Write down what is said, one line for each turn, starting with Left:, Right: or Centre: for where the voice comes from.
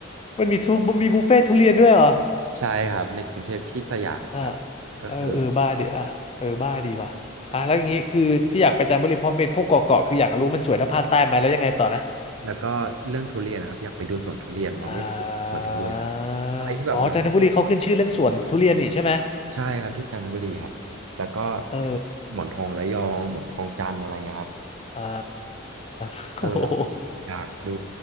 Left: มันมีทุมันมีบุฟเฟ่ต์ทุเรียนด้วยเหรอ
Right: ใช่ครับในกรุงเทพที่สยามครับก็คือ
Left: อ่าเออเออบ้าดิอ่ะเออบ้าดีว่ะอ่ะแล้วอย่างงี้คือที่อยากไปจันทบุรีเพราะเป็นพวกเกาะเกาะคืออยากรู้มันสวยเท่าภาคใต้ไหมแล้วยังไงต่อนะ
Right: แล้วก็เรื่องทุเรียนนะครับอยากไปดูสวนทุเรียนเพราะไม่เคยสวนทุเรียนนะครับอะไรที่แบบเราไม่เคย
Left: อ่าอ๋อจันทบุรีเขาขึ้นชื่อเรื่องสวนทุเรียนนี่ใช่ไหม
Right: ใช่ครับที่จันทบุรีครับแล้วก็
Left: เออ
Right: หมอนทองระยองหมอนทองจันทร์อะไรเงี้ยครับ
Left: อ่า <laughs>
Right: ก็เลยแบบอยากดู
Left: โอ้โห